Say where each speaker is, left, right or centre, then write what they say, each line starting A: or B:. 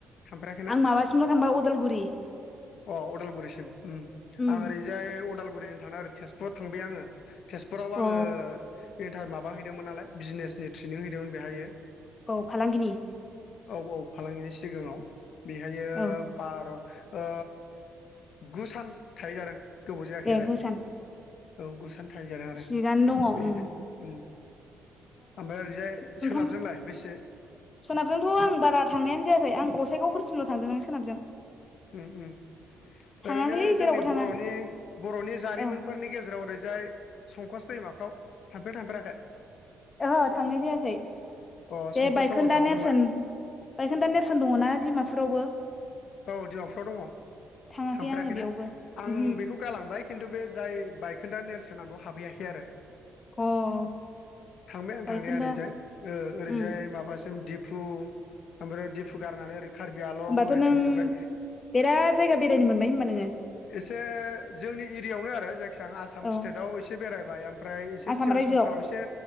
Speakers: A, on the left; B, on the left.
A: थांफेराखैना
B: आं माबासिमल थांबाय अदालगुरि
A: अ अदालगुरिसिम उम
B: उम
A: आं ओरैजाय अदाल गुरिजों थांना ओरै थेजपुराव थांबाय आङो तेजपुराव आङो
B: अ
A: एन्थार माब हैदोंमोन नालाय बिजनेसनि ट्रेनिं हैदोंमोन बेहायो
B: औ फालांगिनि
A: औ औ फालांगिनि सिगाङाव बेहायो
B: औ
A: बार ओ गु सान थाहै जादों गोबाव जायाखै
B: ए
A: आरो
B: गुसान
A: औ गुसान थाहै जादों आरो
B: थिगानो दङ
A: बेहाय
B: उम
A: उम ओमफ्राय ओरैजाय
B: ओंखाम
A: सोनाबजोंलाय बेस
B: सोनाबजोंथ आं बारा थांनायानो जायाखै आं गसाइगावफोरसिमल थांदोंदां सोनाबजों
A: उम उम
B: थाङाखैलै
A: ओरैनो जोंनि
B: जेरावबो थाङा
A: बरनि बरनि जारिमिनफोरनि
B: औ
A: गेजेराव ओरै जाय संकस दैमाफ्राव थांफेरदों ना थांफेराखै?
B: ओह थांनाय जायाखै
A: अ
B: बे
A: संकसआव
B: बायखोन्दा
A: आं थांखांबाय
B: नेरसोन बायखोन्दा नेरसोन दङना दिमाफुरावबो?
A: औ डिमाफुयाव दङ
B: थाङाखै
A: थांफेराखैना
B: आङो बेयावबो
A: आं
B: उमहो
A: बेखौ गालांबाय खिन्थु बे जाय बायखोन्दा नेरसोना बाव हाबहैयाखै आरो
B: अ
A: थांबाय आं
B: बायखोन्दा
A: थांनाया ओरैजाय ओ ओरैजाय
B: उम
A: माबासिम दिप दिफु ओमफ्राय दिफु गारनानै ओरै कार्बि आलं
B: होमबाथ'
A: ओरै
B: उम
A: थांजोब्बाय
B: बिराद जायगा बेरायनो मोनबाय होनबा नोङो?
A: एसे जोंनि एरियायावनो आरो जाय सिगां आसाम
B: औ
A: स्टेटाव एसे बेरायबाय ओमफ्राय एसे
B: आसाम
A: सिगां
B: रायजोआव
A: समफ्राव एसे